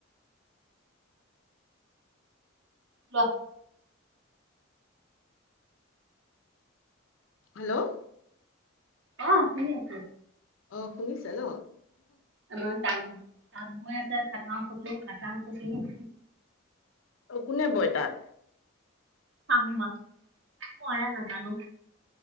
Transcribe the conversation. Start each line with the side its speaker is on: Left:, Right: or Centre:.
Right: লোৱাহ
Left: হেল্ল'
Right: অ শুনি আছো।
Left: অ শুনিছে ন।
Right: আমাৰ তাঙ, তাঁত বৈ আছে খাটাং খুটুং খাটাং খুটুং
Left: অ কোনে বয় তাত?
Right: শাহু মা, ময়ে নাজানো।